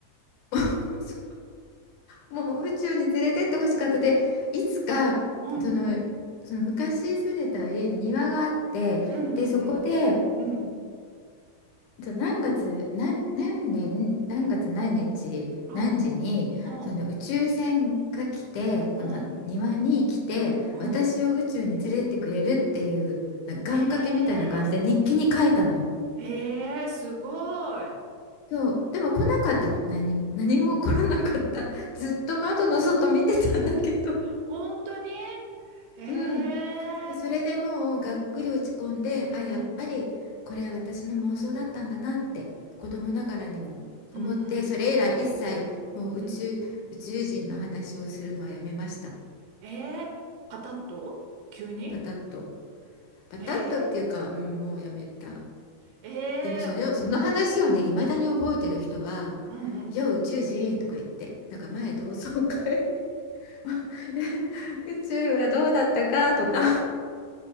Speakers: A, on the left; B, on the right.
A: <laughs> そうもう宇宙に連れてってほしかったで、いつかその、
B: うんうん、
A: その昔住んでた家に庭があって、
B: うんうんうん、
A: で、そこで
B: うん、
A: そう何月何、何年何月何日何時にその宇宙船が来てこの庭に来て私を宇宙に連れてってくれるっていうなんか願掛けみたいな感じで日記に書いたのよ。
B: うん、うん、うん、うん、うん。へえ、えー、すごい。
A: そうでも来なかったの何も何も起こらなかったずっと窓の外見てたんだけど
B: 本当にへえ、
A: うんで、それでもうがっくり落ち込んで、あ、やっぱりこれは私の妄想だったんだなって子供ながらにも思って、
B: うん、うんうん、
A: それ以来一切もう宇宙、
B: うん。
A: 宇宙人の話をするのはやめました。
B: えー、パタッと急に
A: パタッと。パタッとっていうか、
B: えー
A: うん、もうやめた。
B: ええー
A: でもそれを、その話をね、いまだに覚えてる人は、
B: うんうん。
A: よう宇宙人とか言って、なんか前同窓会 <laughs> 宇宙はどうだったかとか